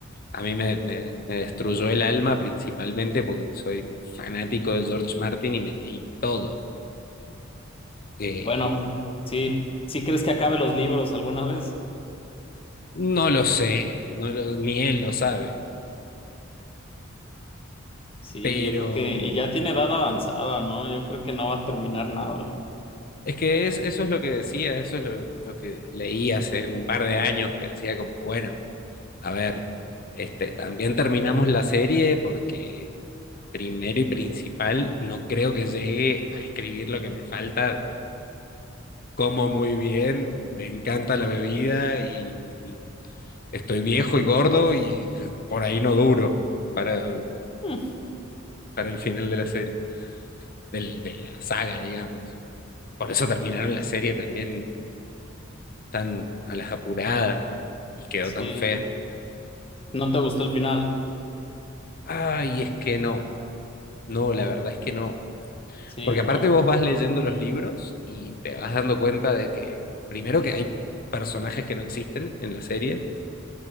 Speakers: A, on the left; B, on the left.
A: a mí me, me- me destruyó el alma principalmente porque soy fanático de George Martin y me leí todo. Eh,
B: Bueno, <laughs> sí, ¿sí crees que acabe los libros alguna vez?
A: no lo sé, no lo- ni él lo sabe,
B: Sí,
A: pero
B: yo creo que,
A: mm,
B: y ya tiene edad avanzada, ¿no? Yo creo que no va a terminar nada.
A: es que es, eso es lo que decía, eso es lo, lo que leí hace un par de años, que decía como, bueno. A ver, este, también terminamos la serie porque primero y principal, no creo que llegue a escribir lo que me falta. Como muy bien, me encanta la bebida y, y estoy viejo y gordo y por ahí no duro para,
B: Mm,
A: para el final de la serie, del, de la saga, digamos. Por eso terminaron
B: Sí,
A: la serie también tan a las apuradas y quedó
B: sí.
A: tan fea.
B: ¿No te gustó el final?
A: Ay, es que no, no, la verdad es que no.
B: Sí,
A: Porque
B: no.
A: aparte vos vas leyendo los libros y te vas dando cuenta de que, primero que hay personajes que no existen en la serie,